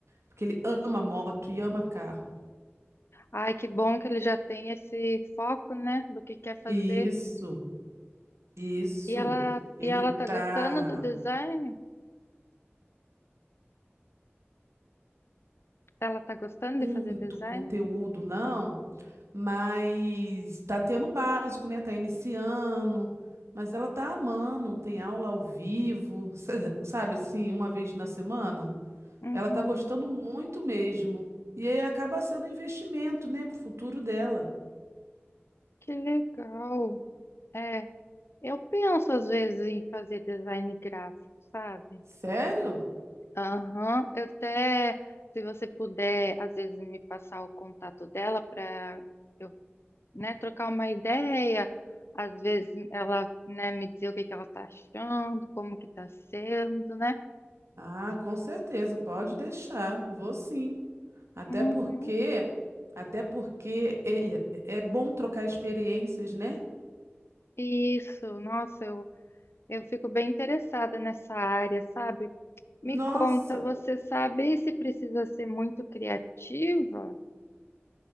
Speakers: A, on the right; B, on the left.
A: porque ele ama moto e ama carro.
B: ai, que bom que ele já tem esse foco, né? Do que quer fazer.
A: Isso, isso.
B: E ela,
A: Ele
B: e ela tá
A: tá
B: gostando do design? Ela tá gostando
A: muito
B: de fazer design?
A: conteúdo, não? Mas tá tendo o básico, né? Tá iniciando, mas ela tá amando, tem aula ao vivo, <laughs> sa- sabe assim, uma vez na semana.
B: Uhum.
A: Ela tá gostando muito mesmo. E aí acaba sendo um investimento, né, pro futuro dela.
B: Que legal. É. Eu penso às vezes em fazer design gráfico, sabe?
A: Sério?
B: Aham, Eu até, se você puder, às vezes me passar o contato dela para eu, né, trocar uma ideia. Às vezes ela, né, me dizer o que que ela tá achando, como que tá sendo, né?
A: Ah, com certeza, pode deixar. Vou sim. Até
B: Uhum.
A: porque, até porque é, é bom trocar experiências, né?
B: Isso, nossa, eu, eu fico bem interessada nessa área, sabe? Me
A: Nossa,
B: conta, você sabe se precisa ser muito criativa?